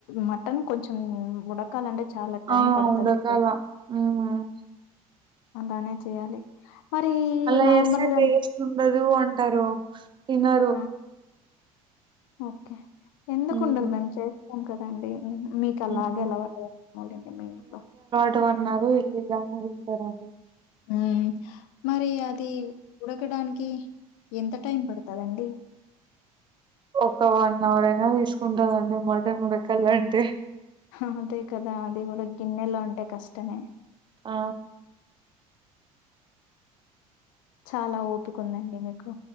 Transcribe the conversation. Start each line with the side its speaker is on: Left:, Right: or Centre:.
Left: మటన్ కొంచెం ఉడ క్కాలంటే చాలా టైం
Right: ఆ
Left: పడతదండి
Right: ఉడకాల హ్మ్.
Left: అలానే చెయాలి మరి
Right: అలా
Left: నార్మల్గా
Right: చేస్తే టేస్ట్ ఉండదు అంటారు తినరు
Left: ఆ! ఓకే ఎందుకుండదు
Right: హ్మ్.
Left: మేము చేస్తాం కదండి మీకు కల
Right: హ్మ్.
Left: గెలవలేము మళ్ళీ మీ ఇంట్లో
Right: టు వన్నీ వెళ్ళిళ్ళ అని వింటారు అండి
Left: ఊ మరి అది ఉడకడానికి ఎంత టైం పడతందండి
Right: ఒక వన్ అవర్ అయినా తీసుకుంటందండి మటన్ ఉడకల అంటే
Left: అంతే కదా అది కూడా గిన్నెలో అంటే కష్టమే
Right: ఆ
Left: చాలా ఓపికుందండి మీకు